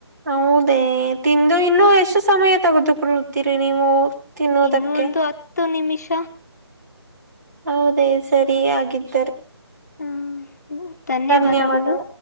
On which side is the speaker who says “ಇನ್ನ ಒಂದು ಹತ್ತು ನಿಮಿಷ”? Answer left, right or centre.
Left